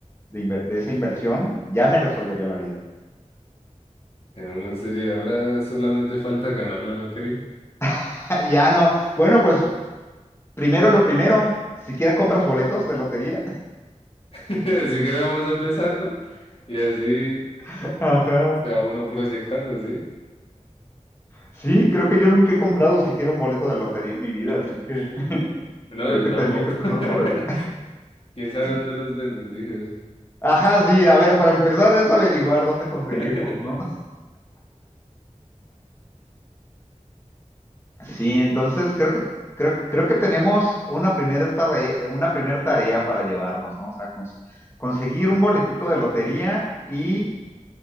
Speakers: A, on the left; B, on the left.
A: de, inver- de esa inversión, ya me resolvería la vida.
B: en una serie ahora solamente falta ganar la lotería.
A: <laughs> Ya no, bueno, pues primero lo primero, siquiera compras boletos de lotería.
B: <laughs> Así que vamos empezando y así
A: <laughs> Ajá.
B: se va uno proyectando, ¿sí?
A: Sí, creo que yo nunca he comprado siquiera un boleto de lotería en mi vida,
B: <laughs>
A: así que
B: No,
A: creo
B: yo
A: que
B: tampoco.
A: tendría que empezar
B: <laughs>
A: por ahí.
B: ¿Quién sabe
A: <laughs>
B: dónde los venden? Dije.
A: Ajá, sí, a ver, para empezar es averiguar dónde conseguirlos,
B: <laughs>
A: ¿no? Sí, entonces creo que, creo, que- creo que tenemos una primera tarea, una primer tarea para llevarnos, ¿no? O sea, cons- conseguir un boletito de lotería y